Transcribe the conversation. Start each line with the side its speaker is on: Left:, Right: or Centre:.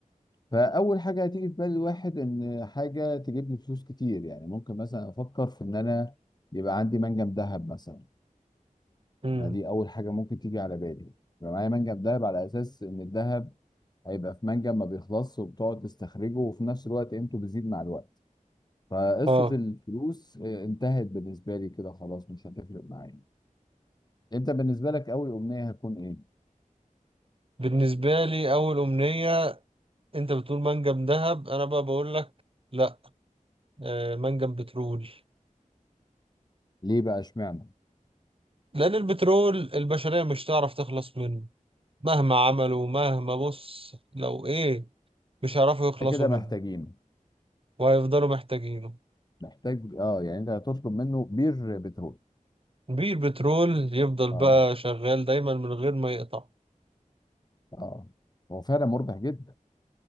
Left: فاول حاجه هتيجي في بال الواحد ان حاجه تجيب لي فلوس كتير يعني ممكن مثلا افكر في ان انا يبقى عندي منجم ذهب مثلا
Right: امم
Left: يعني دي اول حاجه ممكن تيجي على بالي يبقى معايا منجم ذهب على اساس ان الذهب هيبقى في منجم ما بيخلصش وبتقعد تستخرجه وفي نفس الوقت قيمته بتزيد مع الوقت فقصه
Right: اه
Left: الفلوس آه، انتهت بالنسبه لي كده خلاص مش هتفرق معايا انت بالنسبه لك اول امنيه هتكون ايه
Right: بالنسبة لي اول امنية انت بتقول منجم ذهب انا بقى بقول لك لا آه منجم بترول
Left: ليه بقى اشمعنى
Right: لان البترول البشرية مش تعرف تخلص منه مهما عملوا مهما بص لو ايه مش هيعرفوا يخلصوا
Left: انت كده
Right: منه
Left: محتاجين
Right: وهيفضلوا محتاجينه
Left: محتاج اه يعني انت هتطلب منه بير بترول
Right: بيه البترول يفضل
Left: اه
Right: بقى شغال دايما من غير ما يقطع
Left: اه هو فعلا مربح جدا